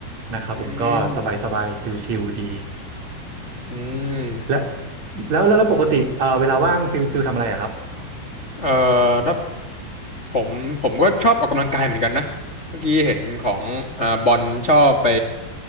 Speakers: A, on the left; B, on the right.
A: ำอืม
B: นะครับผมก็สบายสบายชิลๆดี
A: อืม
B: และแล้วแล้วแล้วปกติเอ่อเวลาว่างฟิลฟิลทำอะไรอะครับ
A: เอ่อถ้าผมผมก็ชอบออกกำลังกายเหมือนกันนะเมื่อกี้เห็นของอ่าบอลชอบไป